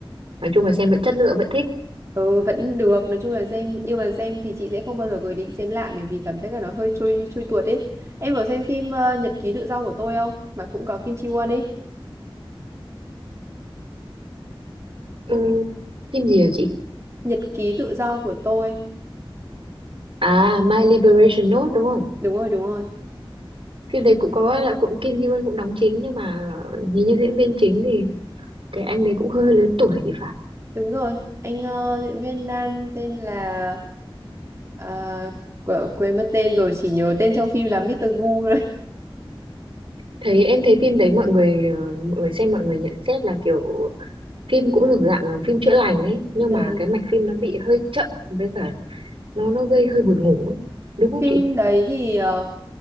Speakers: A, on the right; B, on the right.
A: nói chung là xem vẫn chất lượng vẫn thích
B: Ừ, vẫn được nói chung là xem nhưng mà xem thì chị sẽ không bao giờ có ý định xem lại bởi vì cảm thấy là nó hơi trôi trôi tuột ấy em có xem phim ờ, Nhật ký tự do của tôi không mà cũng có Kim Chi Won ấy
A: Ừm, phim gì hả chị
B: Nhật ký tự do của tôi
A: à My Liberation Note đúng không
B: đúng rồi đúng rồi
A: phim đấy cũng có là cũng Kim Ji Won cũng đóng chính nhưng mà nhìn như diễn viên chính thì cái anh đấy cũng hơi, hơi lớn tuổi thì phải
B: đúng rồi anh ờ, diễn viên nam tên là ờ, qu- quên mất tên rồi chỉ nhớ tên trong phim là Mr. Gu thôi
A: thấy em thấy phim đấy mọi người ờ, mọi người xem mọi người nhận xét là kiểu phim cũng được dạng là phim chữa lành ấy nhưng
B: <laughs>
A: mà
B: ừ.
A: cái mạch phim nó bị hơi chậm với cả nó nó gây hơi buồn ngủ ấy đúng không
B: Phim
A: chị
B: đấy thì ờ,